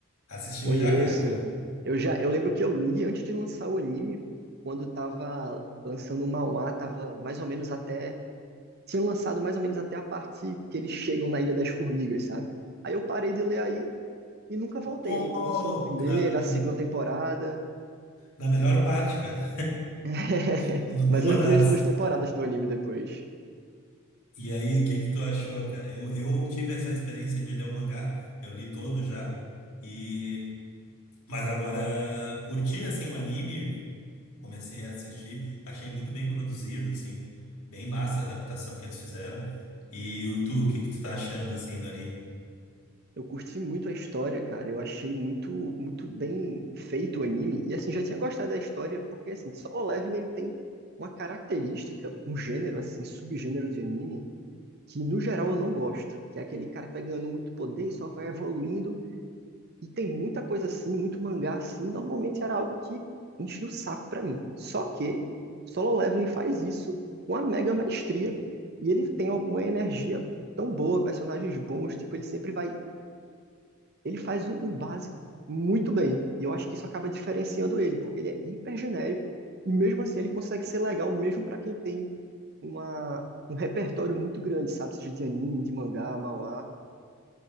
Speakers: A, on the left; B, on the right.
A: Assistiu
B: Conheço.
A: já, cara? Com...
B: Eu já, eu lembro que eu li antes de lançar o anime, quando tava lançando o manhwa, tava mais ou menos até, tinha lançado mais ou menos até a parte que eles chegam na Ilha das Formigas, sabe? Aí eu parei de ler aí e nunca voltei.
A: Pô!
B: Aí lançou a primeira,
A: Na,
B: a segunda temporada,
A: na melhor parte, cara.
B: <laughs>
A: <laughs>
B: mas
A: Uma
B: eu
A: das.
B: vi as duas temporadas do anime depois.
A: E aí, o que que tu achou, cara? Eu, eu tive essa experiência de ler o mangá, eu li todo já, e mas agora curti assim o anime, Comecei a assistir, achei muito bem produzido, assim, bem massa a adaptação que eles fizeram. E o tu, o que que tu tá achando, assim, do anime?
B: Eu curti muito a história, cara. Eu achei muito, muito bem feito o anime. E assim, já tinha gostado da história, porque assim, Solo Leveling ele tem uma característica, um gênero assim, subgênero de anime, que no geral eu não gosto, que é aquele cara que vai ganhando muito poder e só vai evoluindo. E tem muita coisa assim, muito mangá assim, normalmente era algo que enchia o saco pra mim. Só que Solo Leveling faz isso com a mega maestria e ele tem alguma energia tão boa, personagens bons, tipo, ele sempre vai ele faz o, o básico muito bem. E eu acho que isso acaba diferenciando ele, porque ele é hiper genérico e mesmo assim ele consegue ser legal mesmo para quem tem uma, um repertório muito grande, sabe? Seja de anime, de mangá, manhwa.